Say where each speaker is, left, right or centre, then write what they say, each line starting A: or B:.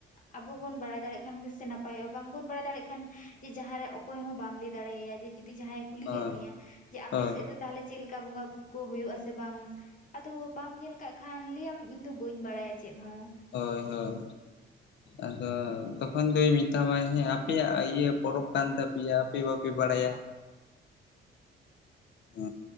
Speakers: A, on the left; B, on the left.
A: ᱟᱵᱚ ᱵᱚᱱ ᱵᱟᱲᱟᱭ ᱫᱟᱲᱮᱭᱟᱜ ᱠᱷᱟᱱᱜᱮ ᱥᱮ ᱱᱟᱯᱟᱭᱚᱜᱼᱟ ᱵᱟᱝᱵᱚᱱ ᱵᱟᱲᱟᱭ ᱫᱟᱲᱮᱭᱟᱜ ᱠᱷᱟᱱ ᱡᱮ ᱡᱟᱦᱟᱸᱨᱮ ᱚᱠᱚᱭ ᱦᱚᱸ ᱵᱟᱢ ᱞᱟᱹᱭ ᱫᱟᱲᱮᱭᱟᱭᱟ ᱡᱮ ᱡᱩᱫᱤ ᱡᱟᱦᱟᱸᱭᱮ ᱠᱩᱞᱤ
B: ᱦᱳᱭ
A: ᱠᱮᱫ ᱢᱮᱭᱟ ᱡᱮ ᱟᱯᱮ
B: ᱦᱳᱭ
A: ᱥᱮᱫ ᱫᱚ ᱛᱟᱦᱚᱞᱮ ᱪᱮᱜ ᱞᱮᱠᱟ ᱵᱚᱸᱜᱟ ᱵᱩᱨᱩ ᱠᱚ ᱦᱳᱭᱳ ᱟ ᱥᱮ ᱵᱟᱝ? ᱟᱫᱚ ᱵᱟᱢ ᱧᱮᱞ ᱠᱟᱜ ᱠᱷᱟᱱ ᱞᱟᱹᱭᱟᱢ ᱤᱧ ᱫᱚ ᱵᱟᱹᱧ ᱵᱟᱲᱟᱭᱟ ᱪᱮᱫ ᱦᱚᱸ
B: ᱦᱳᱭ ᱦᱳᱭ ᱟᱫᱚ ᱛᱚᱠᱷᱚᱱ ᱫᱚᱭ ᱢᱮᱛᱟᱢᱟᱭ ᱦᱮᱸ ᱟᱯᱮᱭᱟᱜ ᱤᱭᱟᱹ ᱯᱚᱨᱚᱵᱽ ᱠᱟᱱ ᱛᱟᱯᱮᱭᱟ ᱟᱯᱮ ᱵᱟᱯᱮ ᱵᱟᱲᱟᱭᱟ ᱦᱩ